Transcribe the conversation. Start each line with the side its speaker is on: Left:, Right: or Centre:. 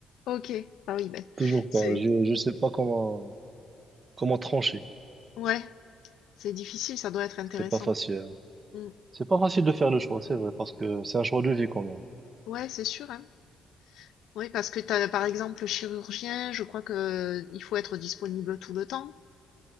Left: OK. Ah oui,
Right: <laughs>
Left: ben,
Right: toujours
Left: c'est
Right: pas. Je je sais pas comment comment trancher.
Left: ouais, c'est difficile, ça doit être intéressant.
Right: C'est pas facile. hein.
Left: Mm.
Right: C'est pas facile de faire le choix, c'est vrai, parce que c'est un choix de vie quand même.
Left: Ouais, c'est sûr, hein. Oui, parce que t'as, par exemple, le chirurgien, je crois que il faut être disponible tout le temps,